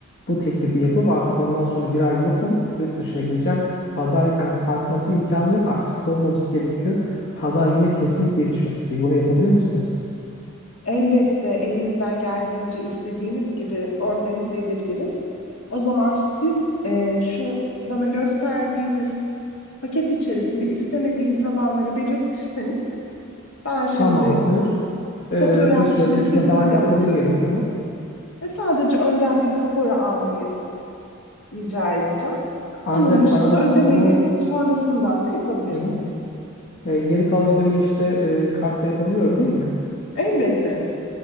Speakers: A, on the left; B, on the left.
A: bu teklifi yapıp artık ondan sonra bir ay yokum. Yurt dışına gideceğim. Pazar yani sarkması imkanı yok. Aksilik olmaması gerekiyor. Pazar günü kesinlikle yetişmesi gerekiyor. Onu yapabilir misiniz?
B: Elbette elimizden geldiğince istediğiniz gibi organize edebiliriz. O zaman siz e, şu bana gösterdiğiniz paket içerisinde istemediğiniz alanları belirtirseniz ben şimdi
A: Tamamdır. Ee,
B: fotoğrafçı
A: bir sözleşme
B: listesine
A: falan yapmamız
B: de bakıyorum
A: gerekiyor mu?
B: ve sadece önden bir kapora almayı rica edeceğim.
A: Ancak
B: Onun dışında
A: bana
B: ödemeyi
A: bunun
B: sonrasından da yapabilirsiniz.
A: Hı hı. E, geri kalan ödemeyi işte e, kartla yapabiliyorum değil mi?
B: Elbette.